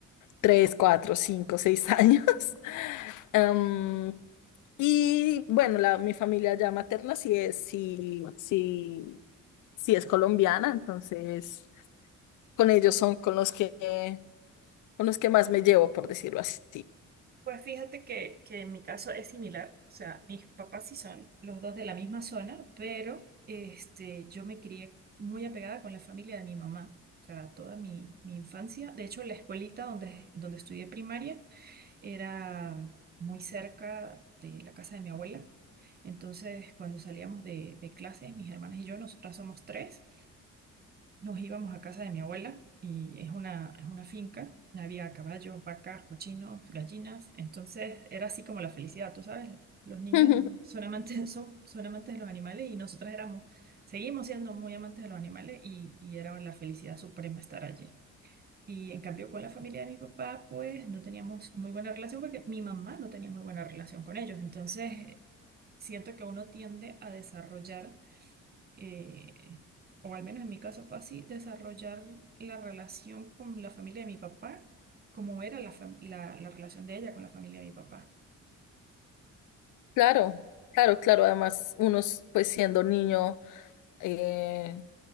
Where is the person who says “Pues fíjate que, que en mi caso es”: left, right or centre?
Right